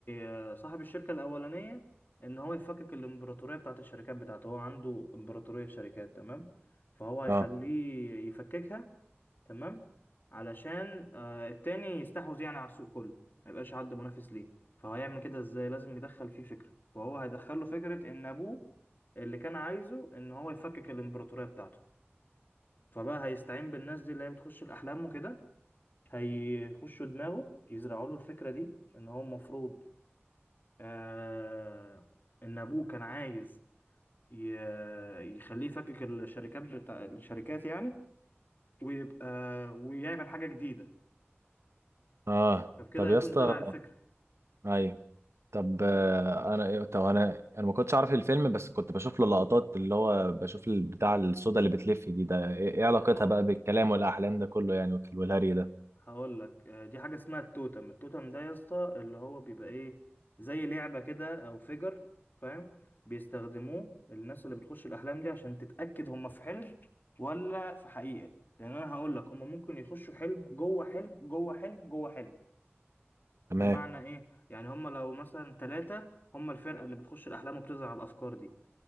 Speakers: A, on the left; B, on the right.
A: آه، صاحب الشركة الأولانية إن هو يفكك الإمبراطورية بتاعت الشركات بتاعته هو عنده إمبراطورية شركات تمام فهو هيخليه
B: اه
A: يفككها تمام علشان آه، التاني يستحوذ يعني على السوق كله ما يبقاش حد منافس ليه فهو هيعمل كده إزاي لازم يدخل فيه فكرة فهو هيدخله فكرة إن أبوه اللي كان عايزه إن هو يفكك الإمبراطورية بتاعته فبقى هيستعين بالناس دي اللي هي بتخش الأحلام وكده هيخشوا دماغه يزرعوا له الفكرة دي ان هو المفروض آه ان ابوه كان عايز ي- يخليه يفكك الشركات بتاع الشركات يعني ويبقى ويعمل حاجة جديدة
B: اه
A: فبكده
B: طب
A: هيكون
B: يا اسطى
A: زرع الفكرة
B: ايوه طب آه، انا إيه- طب انا انا ما كنتش اعرف الفيلم بس كنت بشوف له لقطات اللي هو بشوف البتاع السودا اللي بتلف دي ده ايه إيه علاقتها
A: اه
B: بقى بالكلام والاحلام ده كله يعني وك- والهري ده
A: هقول لك آه، دي حاجة اسمها التوتم التوتم ده يا اسطى اللي هو بيبقى ايه زي لعبة كده او فيجر فاهم بيستخدموه الناس اللي بتخش الاحلام دي عشان تتأكد هم في حلم ولا في حقيقة لان انا هقول لك هم ممكن يخشوا حلم جوه حلم جوه حلم جوه حلم بمعنى
B: تمام
A: ايه يعني هم لو مثلا ثلاثة هم الفرقة اللي بتخش الاحلام وبتزرع الافكار دي